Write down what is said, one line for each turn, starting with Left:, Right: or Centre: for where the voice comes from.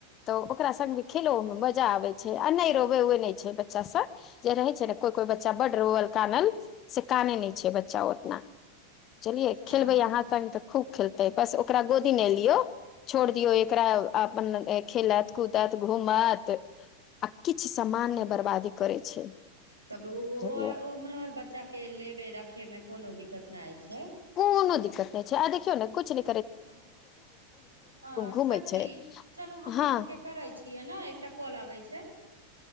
Left: त ओकरा संग भी खेलो मे म आ नहि रोवै-ओेवै नहि छै बच्चासब। जे रहै छै ने कोइ कोइ बच्चा बड्ड रोवल कानल, से कानै नहि छै बच्चा ओ ओतना। चलियै, खेलबै
Right: हँ
Left: अहाँ संग तऽ खूब खेलतेै। बस ओकरा गोदी मे लियौ। छोड़ दिऔ एकरा अपन खेलत, कूदत, घूमत। आ किछु सामान नै बर्बादी करै छै।
Right: तब उ
Left: बुझलियै
Right: ओह ओम्हर बच्चा के लेबे रखे मे कोनो दिक्कत नाय छै।
Left: कोनो दिक्कत नै छै आ देखियौ ने कुछ नै
Right: हँ। सँ
Left: घूमै
Right: सखी,
Left: छै
Right: चलू हम
Left: हँ
Right: अहाँके करै छियै नै, एकटा कॉल आबै छै।